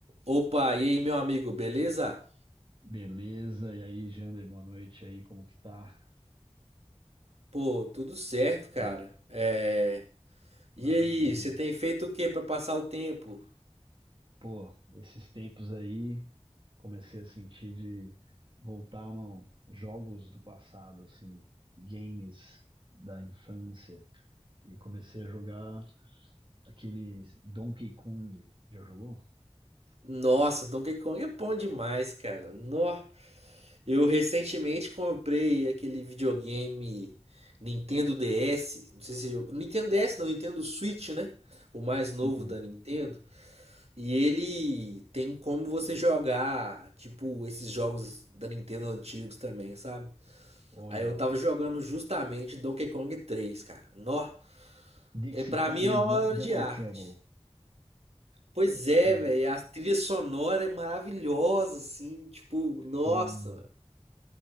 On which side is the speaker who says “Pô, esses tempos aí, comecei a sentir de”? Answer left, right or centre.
Right